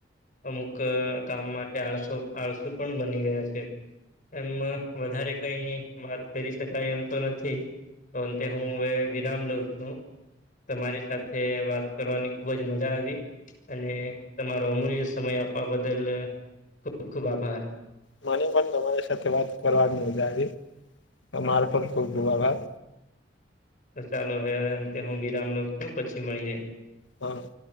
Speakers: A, on the left; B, on the left.
A: અમુક કામ માટે આળસો આળસુ પણ બની ગયા છે. એમ વધારે કઈ વાત કરી શકાય એમ તો નથી. તો અંતે હું હ વિરામ લ છું. તમારી સાથે વાત કરવાની ખુબ જ મજા આવી અને તમારો અમૂલ્ય સમય આપવા બદલ ખૂબ ખૂબ આભાર.
B: મને પણ તમારી સાથે વાત કરવા મજ તમારે પણ ખુબ ખૂબ આભાર.
A: તો ચાલો હવે અંતે હું વિરામ લોઉ છું પછી મળીએ.
B: હ.